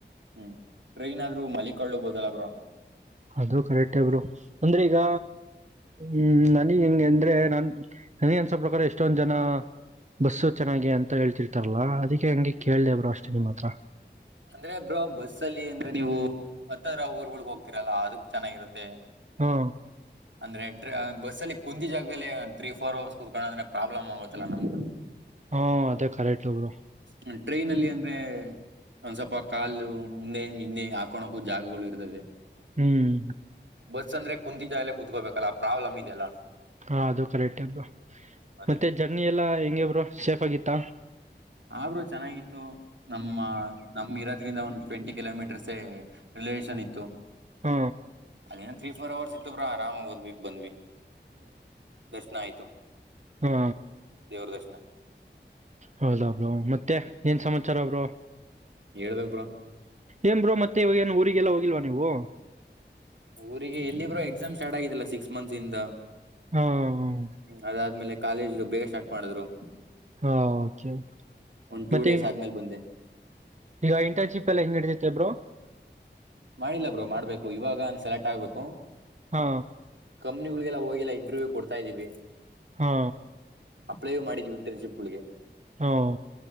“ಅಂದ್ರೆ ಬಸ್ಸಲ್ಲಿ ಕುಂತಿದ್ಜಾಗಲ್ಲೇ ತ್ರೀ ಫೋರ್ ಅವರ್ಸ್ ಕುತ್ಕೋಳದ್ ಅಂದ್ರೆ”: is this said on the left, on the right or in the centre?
Right